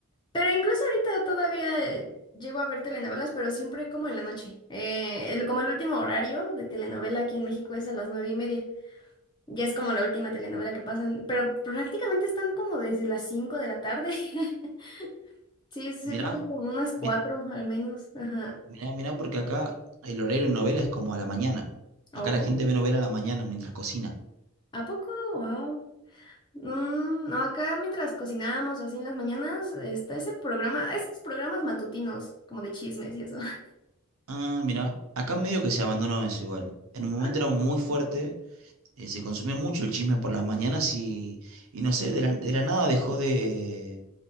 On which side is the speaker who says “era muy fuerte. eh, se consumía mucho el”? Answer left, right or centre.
Right